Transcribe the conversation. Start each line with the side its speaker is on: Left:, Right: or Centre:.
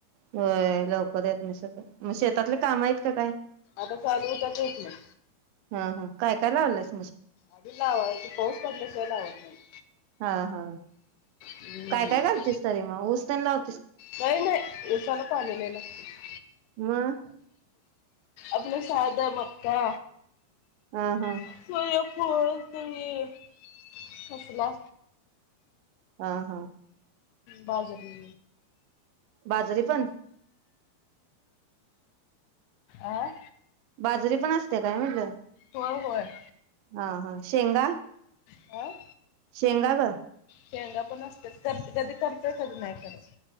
Right: होय लवकर येत नाहीस आता म शेतातले काम आहेत का काय?
Left: आता चालू होतात येत नाही
Right: हा हा काय काय लावलयस?
Left: आधी लावायचं पाऊस पडल्याशिवाय लावत नाहीस
Right: हा हा
Left: हं
Right: काय काय घालतीस तरी <unintelligible>
Left: नाही नाही ऊसाला पाणी लय लागतय.
Right: म
Left: आपलं साधं मका
Right: हां हां
Left: <unintelligible> होय तुम्ही कसला?
Right: हां हां
Left: बाजरी
Right: बाजरी पण
Left: आं
Right: बाजरी पण असते काय म्हणलं?
Left: व्हय व्हय
Right: हां हां शेंगा
Left: काय?
Right: शेंगा गं
Left: शेंगा पण असत्यात करते कधी करतय कधी नाही करत.